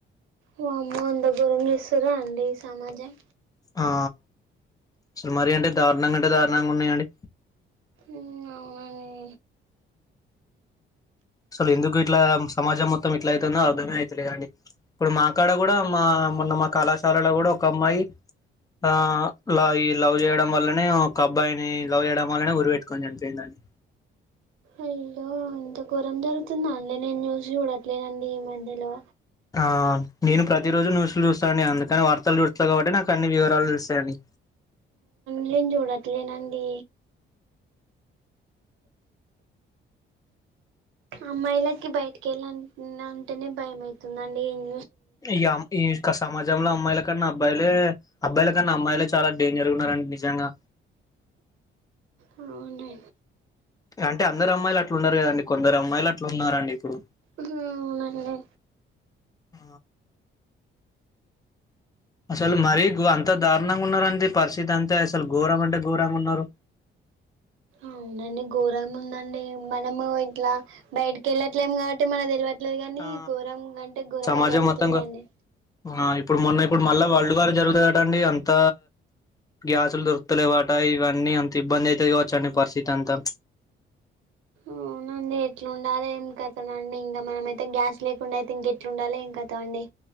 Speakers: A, on the right; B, on the left.
A: వా అమ్మో అంత గోరం చేస్తురా అండి ఈ సమాజం
B: ఆ అసలు మరి అంటె దారుణంగా అంటే దారుణంగా ఉన్నాయండి
A: ఉమ్ అవునని
B: అసలు ఎందుకు ఇట్లా సమాజం మొత్తం ఇట్లా అయితుందో అర్థమే అయితులేదండి ఇప్పుడు మా అక్కడ కూడా మా మొన్న మా కళాశాలలో కూడా ఒక అమ్మాయి ఆ లా ఈ లవ్ చేయడం వల్లనే ఒక అబ్బాయిని లవ్ చేయడం వల్లనే ఉరి పెట్టుకొని చనిపోయిందండి
A: అయ్యో ఇంత ఘోరం జరుగుతుంద అండి నేను న్యూస్ చూడట్లేనండి ఈ మధ్యలో
B: ఆ నేను ప్రతి రోజు న్యూస్లు చూస్తానండి అందుకని వార్తలు చూస్తా కాబట్టి నాకు అన్ని వివరాలు తెలుస్తాయండి
A: నేను చూడట్లేనండి అమ్మాయిలకి బయటకి వెళ్ళ అంటేనే భయ అయితుందండి ఎమ్
B: యా ఈ క సమాజంలో అమ్మాయిల కన్నా అబ్బాయిలే అబ్బాయిల కన్నా అమ్మాయిలే చాలా డేంజర్ ఉన్నారండి నిజంగా
A: అవునండి
B: అంటే అందరు అమ్మాయిలు అట్లు ఉన్నారు కదండి కొందరు అమ్మాయిలు అట్లు ఉన్నారండి ఇప్పుడు
A: అ అవునండి
B: ఆ అసలు మరీ అంత దారుణంగా ఉన్నారండి పరిస్థితి అంటె అసలు ఘోరం అంటే ఘోరంగా ఉన్నారు
A: అవునండి ఘోరం ఉందండి మనము ఇట్లా బయటికి వెళ్ళట్లేం కాబట్టి మన తెలివట్ ట్ లేదు కానీ
B: ఆ
A: ఘోరం అంటే ఘోరంగా
B: సమాజం
A: జరుగుతున్నాయండి
B: మొత్తం గా ఆ ఇప్పుడు మొన్న ఇప్పుడు మళ్ళా వళ్లుగారు జరుగుతు కటండి అంత గ్యాసులు దొరుకుతలే వాట ఇవన్నీ అంత ఇబ్బంది అయితే కావచ్చండి పరిస్థితి అంతా
A: అవునండి ఎట్లుండాలి ఏం కదనండి ఇంకా మనమయితే గ్యాస్ లేకుండా అయితే ఇంక ఎట్లా ఉండాల ఇంకతా అండి